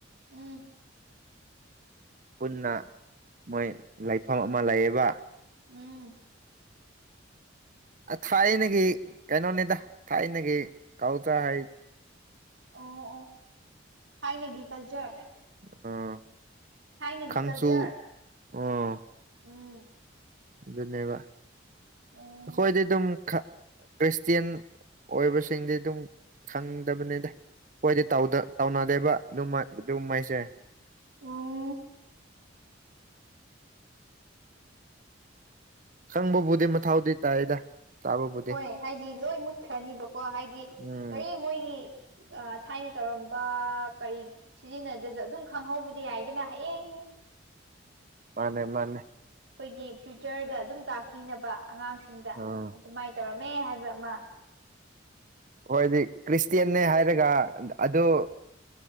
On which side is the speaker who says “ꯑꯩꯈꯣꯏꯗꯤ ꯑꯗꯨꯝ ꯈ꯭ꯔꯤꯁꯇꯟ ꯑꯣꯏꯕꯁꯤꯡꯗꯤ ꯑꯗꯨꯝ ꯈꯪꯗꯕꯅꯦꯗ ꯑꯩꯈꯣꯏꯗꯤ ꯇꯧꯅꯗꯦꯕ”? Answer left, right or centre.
Right